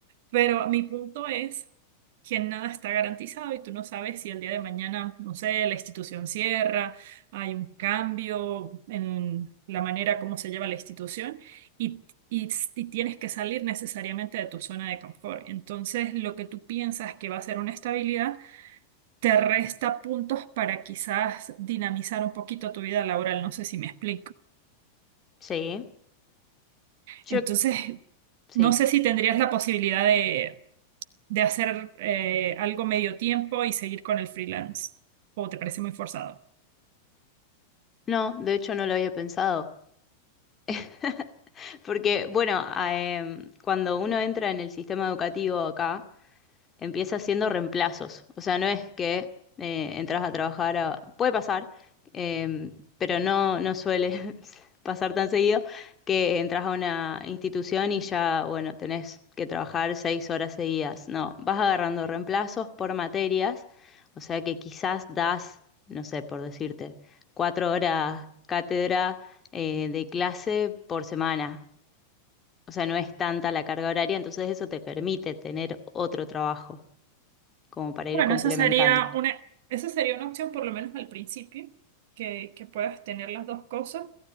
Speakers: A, on the right; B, on the left.
A: Pero mi punto es que nada está garantizado y tú no sabes si el día de mañana, no sé, la institución cierra, hay un cambio en la manera como se lleva la institución y, y, y tienes que salir necesariamente de tu zona de confort. Entonces, lo que tú piensas que va a ser una estabilidad te resta puntos para quizás dinamizar un poquito tu vida laboral. No sé si me explico.
B: Sí, yo
A: Entonces,
B: sí.
A: no sé si tendrías la posibilidad de de hacer eh, algo medio tiempo y seguir con el freelance? ¿O te parece muy forzado?
B: No, de hecho no lo había pensado. <laughs> Porque, bueno, a- em, cuando uno entra en el sistema educativo acá, empieza haciendo reemplazos. O sea, no es que eh, entras a trabajar a... Puede pasar, eh, pero no, no suele <laughs> pasar tan seguido que entras a una institución y ya, bueno, tenés que trabajar seis horas seguidas. No, vas agarrando reemplazos por materias, o sea que quizás das, no sé, por decirte, cuatro horas cátedra eh, de clase por semana. O sea, no es tanta la carga horaria, entonces eso te permite tener otro trabajo como para ir
A: Bueno,
B: complementando.
A: esa sería una, esa sería una opción por lo menos al principio, que, que puedas tener las dos cosas.